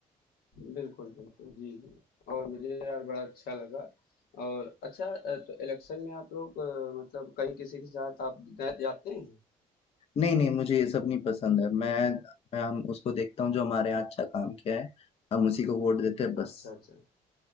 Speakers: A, on the left (about 75°); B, on the left (about 40°).
A: बिल्कुल, बिल्कुल। जी, जी। और मुझे यार बड़ा अच्छा लगा और अच्छा अ, तो इलेक्शन में आप लोग अ, मतलब कहीं किसी के साथ आप गए जाते हैं?
B: नहीं नहीं मुझे ये सब नहीं पसंद है मैं मैं हम उसको देखता हूँ जो हमारे यहाँ अच्छा काम किया है हम उसी को वोट देते हैं बस
A: अच्छा, अच्छा।